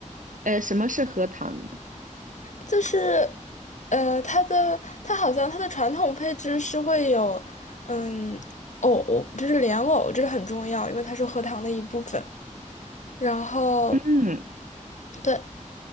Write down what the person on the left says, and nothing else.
就是，呃，它的它好像它的传统配置是会有，嗯，藕，就是莲藕，这是很重要，因为它是荷塘的一部分。然后，
对，